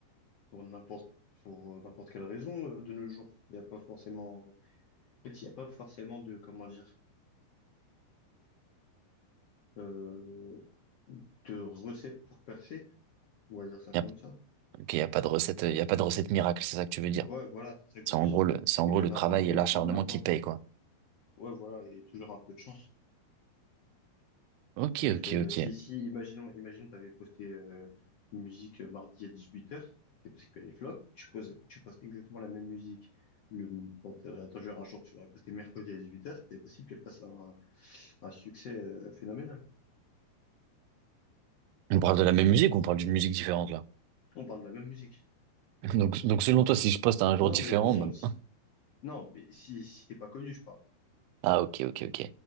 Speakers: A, on the left; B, on the right.
A: pour n'importe pour euh, n'importe quelle raison euh, de nos jours. Il n'y a pas forcément, en fait, il n'y a pas forcément de, comment dire, euh, de recette pour percer. On va dire ça
B: Il
A: comme
B: y a,
A: ça.
B: ok, y a pas de recette, il y a pas de recette miracle, c'est ça que tu veux dire.
A: Ouais, voilà, c'est ça que
B: C'est
A: je veux
B: en
A: dire.
B: gros le, c'est
A: C'est
B: en gros
A: que
B: le
A: n'importe
B: travail
A: quel
B: et l'acharnement
A: qui, n'importe,
B: qui paye, quoi.
A: ouais, voilà, et toujours un peu de chance.
B: Ok,
A: C'est-à-dire
B: ok,
A: que
B: ok.
A: si, si, imaginons, imaginons, tu avais posté euh, une musique euh, mardi à 18h, c'est possible qu'elle est flop, tu poses, tu postes exactement la même musique, le, bon, t'es- attends, un jour, tu l'aurais postée mercredi à 18h, c'est possible qu'elle fasse un, un succès euh, phénoménal.
B: On parle de la même musique ou on parle d'une musique différente, là?
A: On parle de la même musique.
B: <laughs> Donc, donc selon toi, si je poste à un jour
A: Non,
B: différent,
A: mais, non,
B: bah-
A: si, non, mais si, si t'es pas connu, je parle.
B: ah, ok, ok, ok,